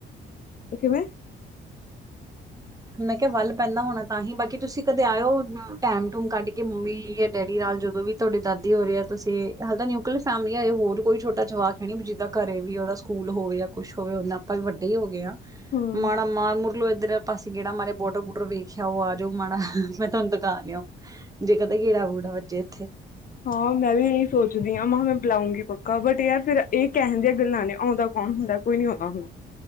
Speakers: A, on the left; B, on the right.
A: ਓ ਕਿਵੇਂ?
B: ਮੈਂ ਕਿਆ ਵੱਲ ਪੈਂਦਾ ਹੋਣਾ ਤਾਂ ਹੀ ਬਾਕੀ ਤੁਸੀਂ ਕਦੇ ਆਇਓ ਮ ਟੈਮ-ਟੂਮ ਕੱਢ ਕੇ ਮੰਮੀ ਯਾ ਡੈਡੀ ਨਾਲ ਜਦੋਂ ਵੀ ਤੁਹਾਡੇ ਦਾਦੀ ਹੋਰ ਯਾ ਤੁਸੀਂ, ਹਜੇ ਤਾਂ ਨੁਕਲੀਅਰ ਫੈਮਲੀ ਐ, ਹਜੇ ਹੋਰ ਕੋਈ ਛੋਟਾ ਜਵਾਕ ਹੈ ਨੀ, ਬ ਜਿੱਦਾ ਘਰੇ ਵੀ ਉਹਦਾ ਸਕੂਲ ਹੋਵੇ ਯਾ ਕੁਛ ਹੋਵੇ, ਹੁਣ ਆਪਾਂ ਵੀ ਵੱਡੇ ਹੀ ਹੋ ਗਏ ਹਾਂ,
A: ਹੂੰ
B: ਮਾੜਾ ਮਾਰ ਮੁਰ ਲੋੋ ਇੱਧਰ ਪਾਸੇ ਗੇੜਾ ਮਾਰ ਆਓ, ਬੋਡਰ ਬੂਡਰ ਵੇਖਿਆ ਆਓ, ਆ ਜਾਓ ਮਾੜਾ, ਮੈਂ ਤੁਹਾਨੂੰ ਦਿਖਾ ਲਿਆਓ, ਜੇ ਕਦੇ ਗੇੜਾ ਗੁੱਡ ਵਜੇ ਇੱਥੇ?
A: ਹਾਂ ਮੈਂ ਵੀ ਇਹੀ ਸੋਚਦੀ ਹਾਂ ਮਹਾ ਬੁਲਾਉਂਗੀ ਪੱਕਾ, ਬਟ ਯਾਰ ਫਿਰ ਇਹ ਕਹਿਣ ਦੀਆਂ ਗੱਲਾਂ ਨੇ, ਆਉਂਦਾ ਕੌਣ ਹੁੰਦਾ? ਕੋਈ ਨੀ ਆਉਂਦਾ ਹੁੰਦਾ।